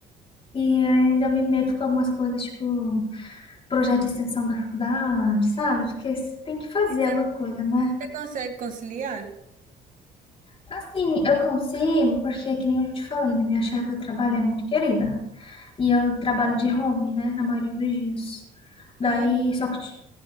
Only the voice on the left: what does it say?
e ainda me meto com algumas coisas, tipo, projeto de extensão da faculdade, sabe? Porque você tem que fazer
alguma coisa, né?
Assim, eu consigo, porque, que nem eu já te falei, né? Minha chefe do trabalho é muito querida. E eu trabalho de home, né, na maioria dos dias. Daí,
só que, ti-